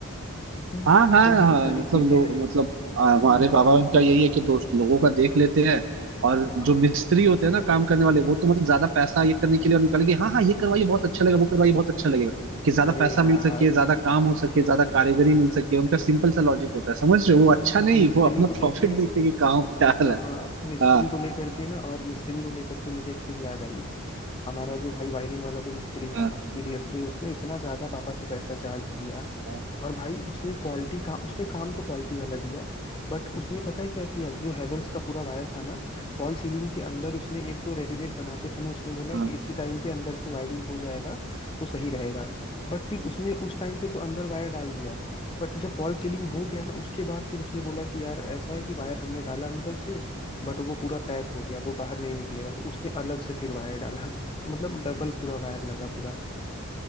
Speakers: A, on the left; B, on the right.
A: हम्म,
B: हाँ हाँ
A: तो यही
B: हाँ,
A: सारी
B: मतलब
A: चीजें
B: लोग
A: हैं
B: मतलब आ,
A: हम्म
B: हमारे
A: हम्म।
B: पापा का यही है कि दोस्त लोगों का देख लेते हैं और जो
A: हाँ
B: मिस्त्री होते हैं ना काम करने वाले वो तो मतलब ज्यादा पैसा ये करने के लिए और निकालेंगे हाँ हाँ ये करवाइए बहुत अच्छा लगेगा वो करवाइए बहुत अच्छा लगेगा कि ज्यादा
A: अरे
B: पैसा
A: यार
B: मिल सके ज्यादा काम हो सके ज्यादा कारीगरी मिल सके उनका सिंपल सा लॉजिक होता है समझ रहे हो वो अच्छा नहीं
A: मिस्त्री
B: वो अपना
A: को लेके
B: प्रॉफिट देखते हैं कि कहाँ पे आ रहा है
A: हाँ मिस्त्री
B: हाँ
A: को लेकर के ना और मिस्त्री को लेकर के मुझे एक चीज याद आई हमारा जो भाई वायरिंग वाला जो मिस्त्री
B: हाँ
A: था ना सीरियसली उसने इतना ज्यादा पापा से पैसा चार्ज किया
B: हाँ
A: और भाई उसने क्वालिटी का उसने काम तो क्वालिटी वाला दिया बट उसने पता है क्या किया जो हेवेल्स का पूरा वायर था ना फॉल सीलिंग के अंदर उसने एक तो रेडीमेड बनाते समय उसने बोला
B: हाँ,
A: कि इसी टाइम पे अंदर से वायरिंग हो जाएगा तो सही रहेगा बट फिर उसने उस टाइम पे तो अंदर वायर डाल दिया बट जब फॉल सीलिंग हो गया ना उसके बाद फिर उसने बोला कि यार ऐसा है कि वायर हमने डाला अंदर से बट वो पूरा पैक हो गया वो बाहर नहीं निकलेगा तो उसने अलग से फिर वायर डाला तो मतलब डबल पूरा वायर लगा पूरा